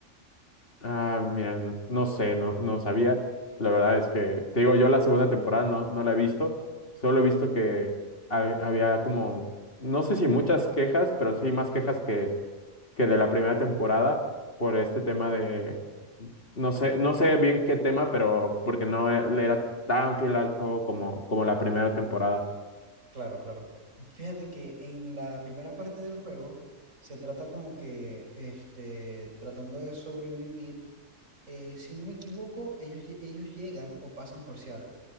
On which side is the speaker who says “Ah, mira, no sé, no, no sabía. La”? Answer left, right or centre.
Left